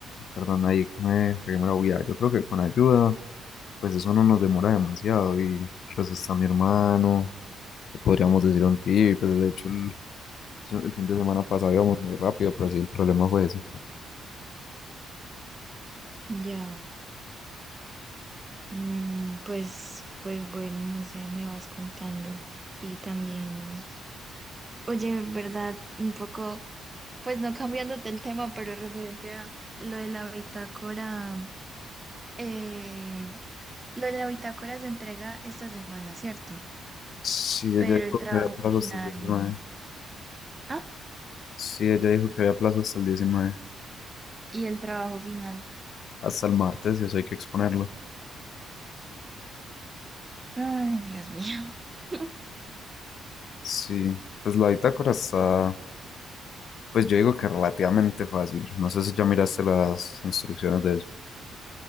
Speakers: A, on the left; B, on the right.
A: perdón, ahí me pegué la bulla. yo creo que con ayuda, pues eso no nos demora demasiado. Y pues está mi hermano, le podríamos decir un tío, y pues de hecho el, el fin de semana pasado íbamos muy rápido, pero sí el problema fue ese.
B: ya. Mm, pues, pues bueno, no sé, me vas contando. Y también, oye, en verdad, un poco, pues no cambiándote el tema, pero referente a lo de la bitácora, eh, lo de la bitácora se entrega esta semana, ¿cierto?
A: Sí, ella
B: Pero
A: dijo
B: el trabajo
A: que había plazo
B: final,
A: hasta el 19.
B: ah,
A: Sí, ella dijo que había plazo hasta el 19.
B: y el trabajo final,
A: Hasta el martes y eso hay que exponerlo.
B: ay, Dios mío. <laughs>
A: Sí, pues la bitácora está, pues yo digo que relativamente fácil. No sé si ya miraste las instrucciones de eso.